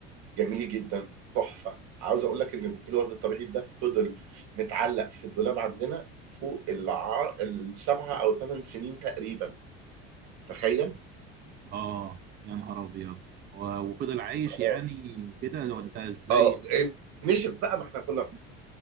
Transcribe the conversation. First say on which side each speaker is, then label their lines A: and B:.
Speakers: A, on the right (about 70°); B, on the right (about 30°).
A: جميل جدا تحفة عاوز أقول لك إن بوكيه الورد الطبيعي ده فضل متعلق في الدولاب عندنا فوق الع... السبعة أو ثمان سنين تقريبا تخيل
B: اه يا نهار ابيض و- وفضل عايش
A: اه
B: يعني كده وانت ازاي
A: اه نشف بقى ما احنا كنا